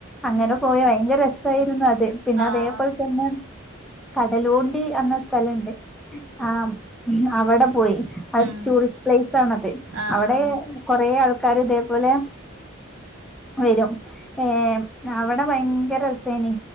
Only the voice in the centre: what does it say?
അങ്ങനെ
പോയ ഭയങ്കര രസായിരുന്നു അത്. പിന്നെ
അതേപോലെ തന്നെ കടലുണ്ടി എന്ന സ്ഥലണ്ട്. ആഹ് അവടെ പോയി അതൊരു
ടൂറിസ്റ്റ് പ്ലേസാണത്.
അവടെ
കൊറേ ആൾക്കാര് ഇതെപോലെ വരും. ഏഹ് അവടെ ഭയങ്കരസേനി